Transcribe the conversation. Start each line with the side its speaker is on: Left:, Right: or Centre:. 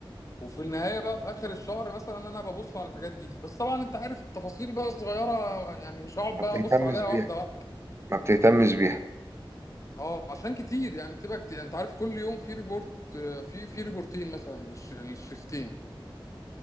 Left: وفي النهايه بقى في اخر الشهر مثلا انا ببص على الحاجات دي بس طبعا انت عارف التفاصيل بقى صغيره يعني مش هقعد
Right: ما
Left: بقى
Right: بتهتمش
Left: ابص عليها
Right: بيها
Left: واحده واحده
Right: ما بتهتمش بيها
Left: اه عشان كتير يعني بتبقى كتير انت عارف كل يوم في ريبورت آه، في في ريبورتين مثلا للش- للشيفتين